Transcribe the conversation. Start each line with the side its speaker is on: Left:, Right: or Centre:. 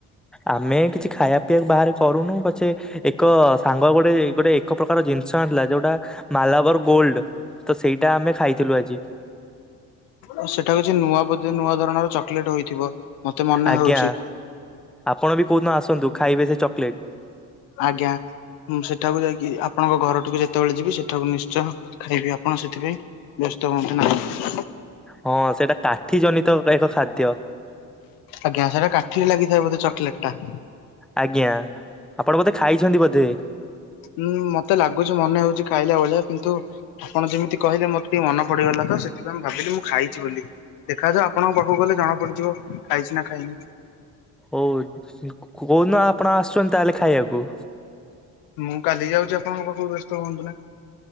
Centre: ଆମେ କିଛି ଖାଇବା ପିଇବାକୁ ବାହାରେ କରୁନୁ ପଛେ ଏକ ସାଙ୍ଗ ଗୋଟେ ଗୋଟେ ଏକ ପ୍ରକାର ଜିନିଷ ଆଣିିଲା ଯୋଉଟା ମାଲାବର ଗୋଲ୍ଡ ତ ସେଇଟା ଆମେ ଖାଇଥିଲୁ ଆଜି।
Left: ଆ ସେଟା ହଉଛି ନୂଆ ବୋଧେ ନୂଆ ଧରଣର ଚକଲେଟ୍ ହୋଇଥିବ। ମତେ ମନେ
Centre: ଆଜ୍ଞା
Left: ହଉଛି
Centre: ଆପଣ ବି କୋଉଦିନ ଆସନ୍ତୁ ଖାଇବେ ସେ ଚକୋଲେଟ୍।
Left: ଆଜ୍ଞା। ମୁଁ ସେଠାକୁ ଯାଇକି ଆପଣଙ୍କ ଘରଠିକୁ ଯେତେବେଳେ ଯିବି ସେଠାକୁ ନିଶ୍ଚୟ ଖାଇବି ଆପଣ ସେଥିପାଇଁ ବ୍ୟସ୍ତ ହୁଅନ୍ତୁ ନାହିଁ।
Centre: ହଁ ସେଇଟା କାଠି ଜନିତ କା ଏକ ଖାଦ୍ୟ।
Left: ଆଜ୍ଞା ସେଟା କାଠିରେ ଲାଗିଥାଏ ବୋଧେ ଚକୋଲେଟ୍ ଟା?
Centre: ଆଜ୍ଞା ଆପଣ ବୋଧେ ଖାଇଛନ୍ତି ବୋଧେ?
Left: ହୁଁ ମତେ ଲାଗୁଛି ମନେ ହଉଛି ଖାଇଲା ଭଳିଆ କିନ୍ତୁ ଆପଣ ଯେମିତି କହିଲେ ମୋର ଟିକେ ମନ ପଡିଗଲା ତ ସେଥିପାଇଁ ମୁଁ ଭାବିଲି ମୁଁ ଖାଇଛି ବୋଲି। ଦେଖ ଯାଉ ଆପଣଙ୍କ ପାଖକୁ ଗଲେ ଜଣା ପଡିଯିବ ଖାଇଛି ନା ଖାଇନି।
Centre: ହଉ କୋ କୋଉ ଦିନ ଆପଣ ଆସୁଛନ୍ତି ତାହେଲେ ଖାଇବାକୁ?
Left: ମୁଁ କାଲି ଯାଉଛି ଆପଣଙ୍କ ପାଖକୁ ବ୍ୟସ୍ତ ହୁଅନ୍ତୁ ନି।